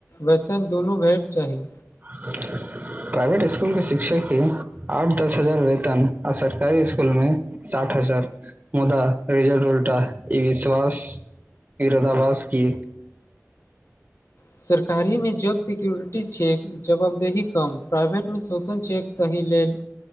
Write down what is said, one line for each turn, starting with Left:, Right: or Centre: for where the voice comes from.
Left: वेतन दुनू भेल चाही
Right: <inaudible> प्राइवेट स्कूल के शिक्षक के आठ दस हजार वेतन आ सरकारी स्कूलमे साठ हजार मुदा रेजल्ट उल्टा ई विश्वास इ रदाबास की
Left: सरकारी मे जॉब सिक्योरिटी चेक जवाब देही कम प्राइवेटमे शोषण छैेक तहि लेल